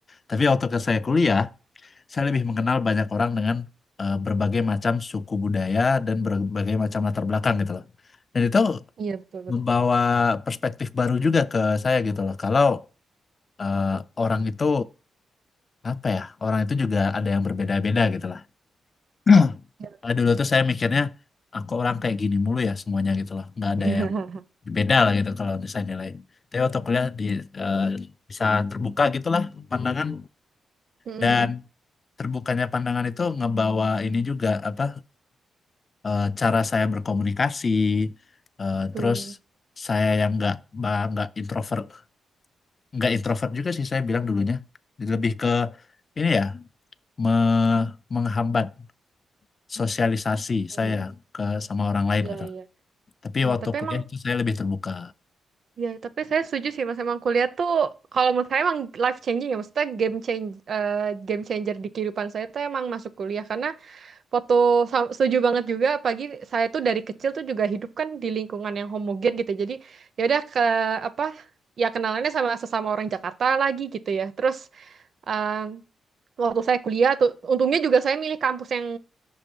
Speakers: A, on the left (about 35°); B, on the right (about 55°).
A: Tapi waktu ke saya kuliah, saya lebih mengenal banyak orang dengan eh, berbagai macam suku budaya dan berbagai macam latar belakang gitu loh. Dan itu
B: Iya betul betul.
A: membawa perspektif baru juga ke saya gitu loh. Kalau eh, orang itu apa ya? Orang itu juga ada yang berbeda-beda gitu lah. <clears throat>
B: Iya.
A: Eh, dulu tuh saya mikirnya aku orang kayak gini mulu ya semuanya gitu loh nggak ada
B: <laughs>
A: yang beda lah gitu kalau misalnya nilai tapi waktu kuliah di eh, bisa terbuka gitulah pandangan
B: Hmm,
A: dan
B: hmm, hmm.
A: terbukanya pandangan itu ngebawa ini juga apa eh, cara saya berkomunikasi eh,
B: Tuh.
A: terus saya yang nggak ba- nggak introvert nggak introvert juga sih saya bilang dulunya lebih ke ini ya me- menghambat sosialisasi
B: Hmm,
A: saya ke sama orang lain
B: Iya
A: gitu.
B: iya.
A: Tapi
B: Iya,
A: waktu
B: tapi
A: kuliah
B: emang
A: itu saya lebih terbuka.
B: Ya, tapi saya setuju sih Mas. Emang kuliah tuh kalau menurut saya emang life changing ya. Maksudnya game change eh, game changer di kehidupan saya tuh emang masuk kuliah karena foto setuju banget juga pagi saya tuh dari kecil tuh juga hidup kan di lingkungan yang homogen gitu. Jadi ya udah ke apa ya kenalannya sama sesama orang Jakarta lagi gitu ya. Terus em, waktu saya kuliah tuh untungnya juga saya milih kampus yang